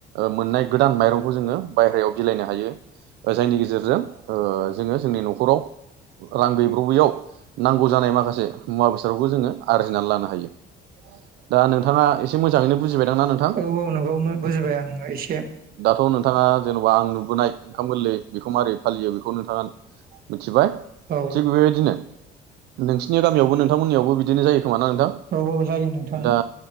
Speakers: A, on the right; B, on the right.
A: मोननाय गोदान माइरंखौ जोङो बायह्रायाव बिलाइनो हायो जायनि गेजेरजों जोङो जोंनि न'खराव रां गैब्रबैयाव नांगौ जानाय माखासे मुवा बेसादफोरखौ जोङो आरजिनानै लानो हायो दा नोंथाङा एसे मोजाङैनो बुजिबाय दां नोंथां
B: औ औ नंगौ बुजिबाय आङो एसे
A: दाथ' नोंथाङा जेन'बा आं नुबोनाय ओंखाम गोरलै बेखौ मारै फालियो बेखौ नोंथाङा मिथिबाय
B: औ
A: थिग बेबायदिनो नोंसिनि गामियावबो नोंथांमोननियावबो बिदिनो जायो खोमा ना नोंथां
B: औ औ जायो नोंथां।
A: दा